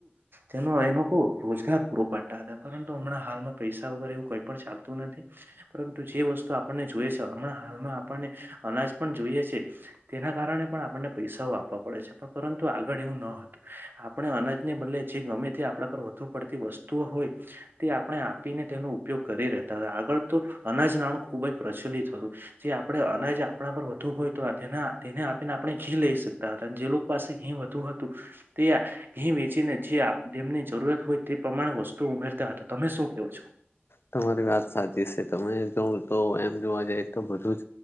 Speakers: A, on the right; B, on the left.
A: જેનો એનો લોકો રોજગાર પૂરો પાડે પરંતુ હમણાં હાલમાં પૈસા વગરે એવું કઈ પણ ચાલતું નથી. પરંતુ જે વસ્તુ આપણને જોઈએ છે હમણાં હાલમાં આપણને અનાજ પણ જોઈએ છે. તેના કારણે પણ આપણને પૈસાઓ આપવા પડે છે પણ પરંતુ આગળ એવું ન હતું આપણે અનાજ ને બદલે જે ગમે તે આપણા પર વધુ પડતી વસ્તુઓ હોય તે આપણે આપીને તેનો ઉપયોગ કરી રહેતા હતા આગળ તો અનાજ નાણું ખુબ જ પ્રચલિત હતું. જે આપણે અનાજ આપણા પર વધુ હોય તો તે તેને આપીને આપણે ઘી લઈ શકતા હતા જે લોકો પાસે ઘી હતું તે <unintelligible> ને જે આપ ડેમની જરૂરત હોય તે પ્રમાણે વસ્તુ ઉમેરતા હતા તમે શું કેવો છો
B: તમારી વાત સાચી છે તમે જો તો એમ જોવા જઈ તો બધું જ